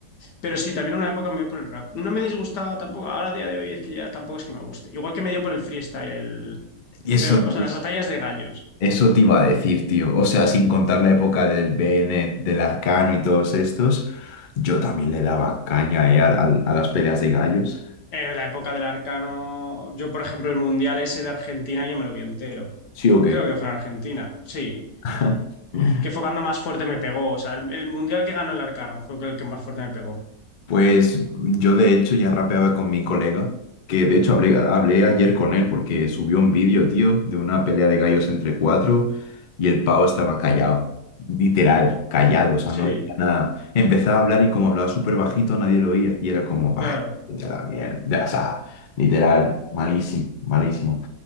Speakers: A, on the left; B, on the left.
A: Pero sí, también una época me dio por el rap. No me disgustaba tampoco. Ahora, a día de hoy, es que ya tampoco es que me guste. Igual que me dio por el freestyle. el-
B: Y eso,
A: Pero, o sea, las batallas de gallos.
B: Eso te iba a decir, tío. O sea, sin contar la época del Bennett, del Arcano y todos estos, yo también le daba caña, eh, al- al- a, las peleas de gallos.
A: Eh, la época del Arcano. Yo, por ejemplo, el mundial ese de Argentina, yo me lo vi entero.
B: ¿Sí o qué?
A: Creo que fue en Argentina. Sí.
B: <laughs>
A: Que fue cuando más fuerte me pegó. O sea, el, el mundial que ganó el Arcano fue el que más fuerte me pegó.
B: Pues yo de hecho ya rapeaba con mi colega, que de hecho hablé, hablé ayer con él porque subió un vídeo, tío, de una pelea de gallos entre cuatro y el pavo estaba callado, literal, callado, o sea,
A: Sí,
B: no decía nada. Empezaba a hablar y como hablaba súper bajito nadie lo oía y era como, bah,
A: claro.
B: vete a la mierda, o sea, literal, malísimo, malísimo.